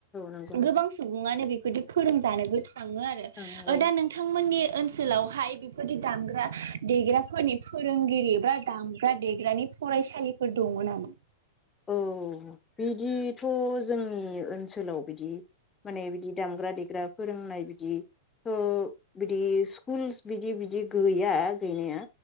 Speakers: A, on the left; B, on the right.
A: नंगौ नोंथां
B: गोबां सुबुङानो बेफ बिदि फोरोंजानोबो थ थाङो आरो
A: ओं औ
B: दा नोंथांमोननि ओनसोलावहाय बेफोरदि दामग्रा देग्राफोरनि फोरोंगिरिफ्रा दामग्रा देग्रानि फरायसालिफोर दङ नामा?
A: औ बिदिथ जोंनि ओनसोलाव बिदि माने बिदि दामग्रा देग्रा फोरोंनाय बिदिथ बिदि स्कुल्स बिदि बिदि गैया गैनाया।